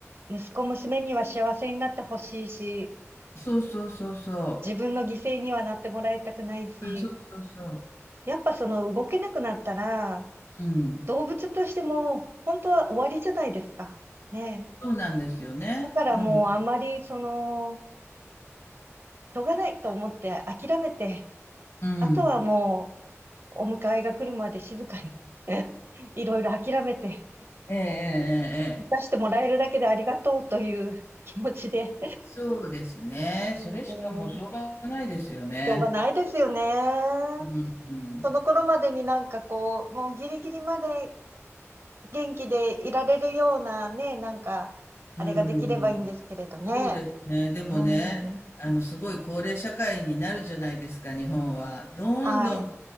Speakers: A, on the right; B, on the left.
A: 息子娘には幸せになってほしいし、
B: そうそうそうそう。
A: 自分の犠牲にはなってもらいたくないし、
B: あ、そうそうそう。
A: やっぱその動けなくなったら、
B: うん。
A: 動物としても本当は終わりじゃないですか。ねえ。
B: そうなんですよね。
A: だからもうあんまりその、
B: うん。
A: しょうがないと思って諦めて、
B: うん。
A: あとはもうお迎えが来るまで静かに <laughs> いろいろ諦めて、
B: ええええええ。
A: 出してもらえるだけでありがとうという気持ちで。
B: そうですね。
A: う
B: それしかもうしょうがないですよね。
A: ん、しょうがないですよね。
B: うん、うん。
A: その頃までになんかこう、もうギリギリまで元気でいられるようなね、なんか、あれができればいいんですけれどね。
B: うん。そうですね。でもね、
A: うん。
B: あの、すごい高齢社会になるじゃないですか、日本は。どんどん
A: はい。